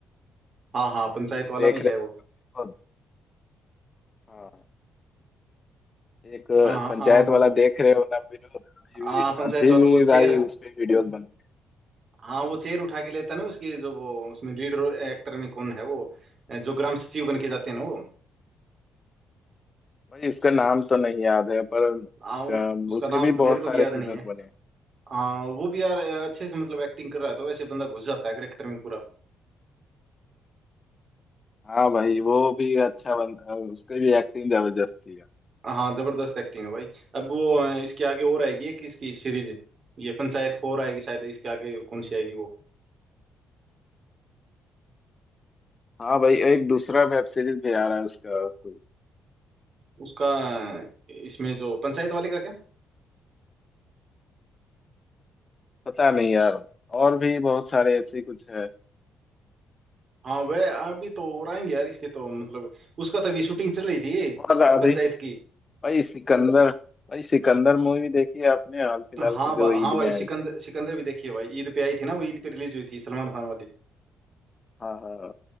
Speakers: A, on the right; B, on the left.
A: हाँ हाँ पंचायत वाला
B: देख
A: भी है
B: रहे
A: वो
B: हो हाँ एक
A: हाँ हाँ
B: पंचायत
A: हाँ, वो
B: वाला देख रहे हो ना विनोद अभी
A: हाँ
B: भी
A: पंचायत
B: अभी
A: वाला
B: भी
A: वो चेयर
B: भाई उस पे वीडियोस बनते हैं
A: हाँ
B: हाँ
A: वो चेयर उठा के लेता है ना उसकी जो वो उसमें लीड एक्टर में कौन है वो जो ग्राम सचिव बन के जाते हैं ना वो
B: भाई उसका नाम तो नहीं याद है पर अ,
A: हाँ उसका
B: उसके
A: नाम
B: भी
A: तो मेरे
B: बहुत
A: को
B: सारे
A: भी याद
B: सीजन्स
A: नहीं है
B: बने हैं
A: हाँ वो भी यार अच्छे से मतलब एक्टिंग कर रहा है तो ऐसे बंदा घुस जाता है करेक्टर में पूरा
B: हाँ भाई वो भी अच्छा बन अ, उसकी भी एक्टिंग जबरदस्त थी यार
A: हाँ जबरदस्त एक्टिंग है भाई अब वो अ, इसके आगे और आएगी एक इसकी सीरीज ये पंचायत फोर आएगी शायद इसके आगे कौन सी आएगी वो
B: हाँ भाई एक दूसरा वेब सीरीज भी आ रहा है उसका कुछ
A: उसका अ, इसमें जो पंचायत वाले का क्या
B: पता नहीं यार और भी बहुत सारे ऐसे कुछ है
A: हाँ वह अभी तो और आएंगे यार इसके तो मतलब उसका तो अभी शूटिंग चल रही थी
B: और अभी
A: पंचायत की
B: भाई सिकंदर भाई सिकंदर मूवी देखी है आपने हाल फिलहाल
A: हाँ
B: की
A: बा,
B: जो ईद
A: हाँ भाई
B: में
A: सिकंदर
B: आई थी
A: सिकंदर भी देखिए भाई ईद पे आई थी ना वो ईद पे रिलीज हुई थी सलमान खान वाली
B: हाँ हाँ